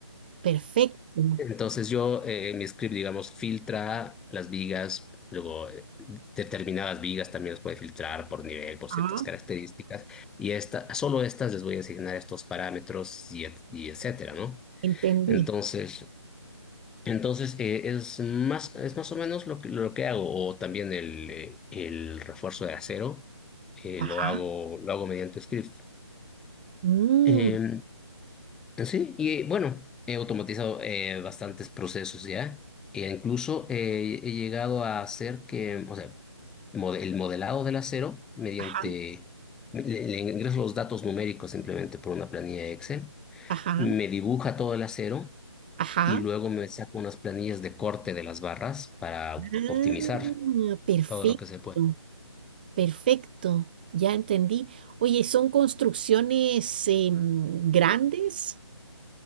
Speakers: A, on the right; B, in the centre.
A: perfecto.
B: Entonces, yo eh, mi script, digamos, filtra las vigas, luego eh, determinadas vigas también las puede filtrar por nivel, por
A: Ah,
B: ciertas características, y esta, solo estas les voy a asignar estos parámetros y, et- y etcétera, ¿no?
A: entendí.
B: Entonces, entonces, eh, es más, es más o menos lo que, lo que hago, o también el, eh, el refuerzo de acero, eh,
A: Ajá.
B: lo hago, lo hago mediante script.
A: Mm,
B: Eh, sí, y eh, bueno, he automatizado eh, bastantes procesos ya, e incluso eh, he llegado a hacer que, o sea, mode- el modelado del acero, mediante,
A: ajá,
B: le, le ingreso los datos numéricos simplemente por una planilla Excel,
A: ajá,
B: me dibuja todo el acero
A: ajá.
B: y luego me saco unas planillas de corte de las barras para op-
A: Ah,
B: optimizar
A: perfecto,
B: todo lo que se puede.
A: perfecto. Ya entendí. Oye, ¿son construcciones em, grandes?